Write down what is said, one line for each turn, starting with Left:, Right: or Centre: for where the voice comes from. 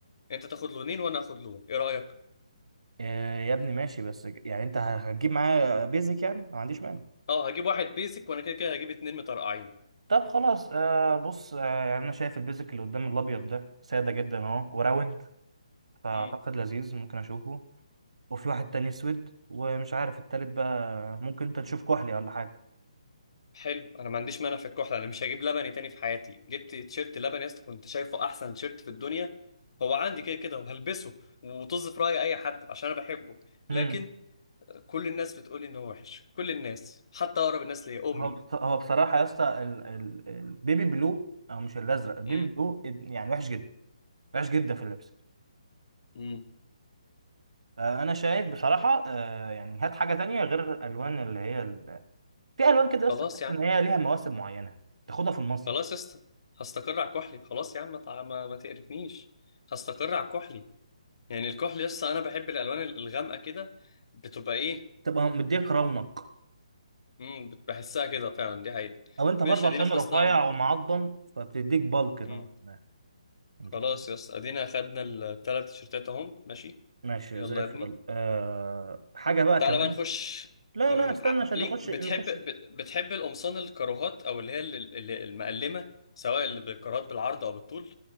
Left: انت تاخد لونين وانا اخد لون ايه رأيك
Right: آه، يا ابني ماشي بس يعني انت هتجيب معايا بيزك يعني ما عنديش مانع
Left: اه هجيب واحد بيزك وانا كده كده هجيب اتنين مترقعين
Right: طب خلاص آه بص آه يعني انا شايف البيزك اللي قدام الابيض ده ساده جدا اهو وراوند فاعتقد
Left: امم
Right: لذيذ ممكن اشوفه وفي واحد تاني اسود ومش عارف التالت بقى ممكن انت تشوف كحلي ولا حاجه
Left: حلو انا ما عنديش مانع في الكحل انا مش هجيب لبني تاني في حياتي جبت تيشيرت لبني يا اسطى كنت شايفه احسن تيشيرت في الدنيا هو عندي كده كده وهلبسه وطز في راي اي حد عشان انا بحبه
Right: امم
Left: لكن كل الناس بتقولي ان هو وحش كل الناس حتى اقرب الناس ليا امي
Right: هو بص- هو بصراحه يا اسطى ال- ال- البيبي بلو او مش الازرق البيبي
Left: امم
Right: بلو يعني وحش جدا وحش جدا في اللبس
Left: امم
Right: آه، انا شايف بصراحه آه، يعني هات حاجه تانية غير الالوان اللي هي ال... في الوان كده بس
Left: خلاص
Right: تحس
Left: يا عم
Right: ان هي ليها مواسم معينه تاخدها في المصيف
Left: خلاص يا اسطى هستقر على كحلي خلاص يا عم ما تع- ما ما تقرفنيش هستقر على كحلي يعني الكحل يا اسطى انا بحب الالوان الغامقه كده بتبقى ايه
Right: تبقى مديك رونق
Left: امم بحسها كده فعلا دي حقيقة
Right: او انت
Left: ماشي
Right: برضه عشان
Left: ادينا خلصنا
Right: رفيع
Left: من-
Right: ومعضم فبتديك بلك نوعا
Left: مم.
Right: ما انت
Left: خلاص
Right: فاهم
Left: يا اسطى ادينا خدنا الثلاث تيشيرتات اهم ماشي
Right: ماشي
Left: يلا
Right: زي الفل
Left: يا ابني
Right: أه حاجه بقى
Left: تعالى
Right: كمان
Left: بقى نخش
Right: لا
Left: امم
Right: لا استنى
Left: ع-
Right: عشان
Left: ليك
Right: نخش
Left: بتحب
Right: نخش
Left: بت- بتحب القمصان الكاروهات او اللي هي ال- ال- المقلمه سواء اللي بالكارات بالعرض او بالطول